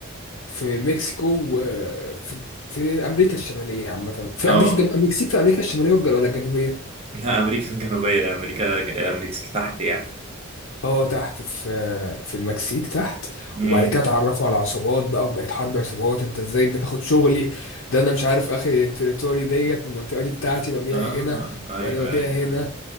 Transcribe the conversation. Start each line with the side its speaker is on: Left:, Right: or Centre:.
Left: وفي مكسيكو وفي في امريكا الشماليه عامه في
Right: اه
Left: امريكا الجنوبيه المكسيك في امريكا الشماليه والج- ولا الجنوبيه
Right: <laughs> لا امريكا الجنوبيه امريكا امريكا تحت يعني
Left: اه تحت في في المكسيك تحت
Right: امم
Left: وبعد كده اتعرفوا على عصابات بقى وبقت حرب عصابات انت ازاي بتاخد شغلي ده انا مش عارف اخر التريتوري ديت المنطقة دي بتاعتي ببيع
Right: اه
Left: هنا
Right: ايوه
Left: وانا ببيع
Right: ايوه
Left: هنا